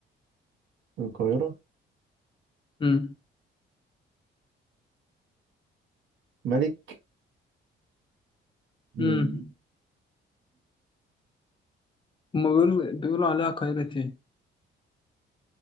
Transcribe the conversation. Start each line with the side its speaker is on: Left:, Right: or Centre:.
Right: القاهرة
Left: امم
Right: ملك مم.
Left: امم هما بيقولوا بيقولوا عليها قاهرة ايه